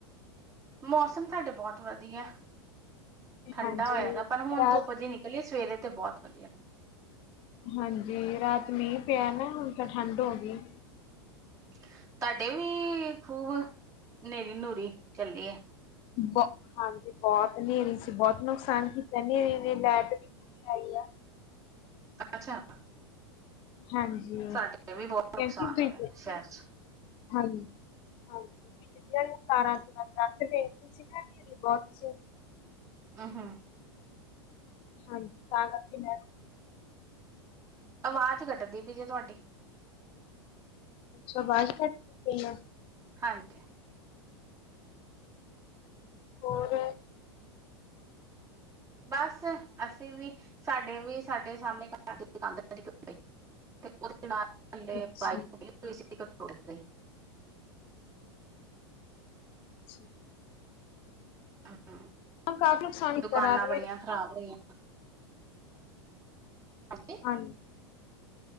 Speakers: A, on the right (about 20°); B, on the left (about 40°).
A: ਮੌਸਮ ਤੁਹਾਡੇ ਬਹੁਤ ਵਧੀਆ, ਠੰਡਾ
B: ਹਾਂਜੀ,
A: ਹੋਇਆ ਦਾ ਪਰ ਹੁਣ
B: ਰਾਤ
A: ਧੁੱਪ ਜੇ ਨਲ ਜੀ ਨਿਕਲੀ, ਸਵੇਰੇ ਤੇ ਬਹੁਤ ਵਧੀਆ ਹਨ।
B: ਹਾਂਜੀ ਰਾਤ ਮੀਂਹ ਪਿਆ ਨਾ, ਹੁਣ ਤਾਂ ਠੰਢ ਹੋ ਗਈ।
A: ਤੁਹਾਡੇ ਵੀ ਖੂਬ, ਹਨੇਰੀ ਨੂਰੀ ਚੱਲੀ ਹੈ।
B: ਬਹੁ ਹਾਂਜੀ ਬਹੁਤ ਹਨੇਰੀ ਸੀ, ਬਹੁਤ ਨੁਕਸਾਨ ਕੀਤਾ ਹਨੇਰੇ ਨੇ, ਨੈਟ ਵੀ ਹੈ ਹੀ ਆ।
A: ਅੱਛਾ।
B: ਹਾਂਜੀ,
A: ਸਾਡੇ ਵੀ ਬਹੁਤ
B: ਕਿਉਂਕਿ
A: ਨੁਕਸਾਨ
B: ਬੇਬੇ
A: ਹੋਇਆ ਸ਼ਹਿਰ ਚ
B: ਹਾਂਜੀ। ਹਾਂਜੀ ਬਿਜਲੀਆਂ ਨੂੰ ਤਾਰਾਂ ਤਾਂ ਕਰੰਟ ਸੀਗੇ, ਬਹੁਤ ਸੀ।
A: ਆ ਹੂੰ।
B: ਹਾਂਜੀ ਤਾਂ ਕਰਕੇ ਮੈਂ
A: ਆਵਾਜ਼ ਕੱਟਦੀ ਪਈ ਜੇ ਤੁਹਾਡੀ
B: ਅੱਛਾ ਆਵਾਜ਼ ਕੱਟ ਰਹੀ ਆ।
A: ਹਾਂਜੀ।
B: ਔਰ।
A: ਬਸ ਅਸੀਂ ਵੀ ਸਾਡੇ ਵੀ ਸਾਡੇ ਸਾਹਮਣੇ ਘਰ ਦੀ ਦੁਕਾਨਦਾਰਾਂ ਦੀ ਉਹ ਦੇ ਨਾਲ
B: ਅੱਛਾ
A: ਦੇ ਬਾਈਕ ਹੋਈ <inaudible>
B: ਅੱਛਾ।
A: ਹੂੰ,
B: ਕਾਫੀ ਨੁਕਸਾਨ ਕੀਤਾ
A: ਦੁਕਾਨਾਂ
B: ਰਾਤ
A: ਬੜੀਆਂ
B: ਨੇ
A: ਖ਼ਰਾਬ ਰਹੀਆਂ। <inaudible>
B: ਹਾਂਜੀ।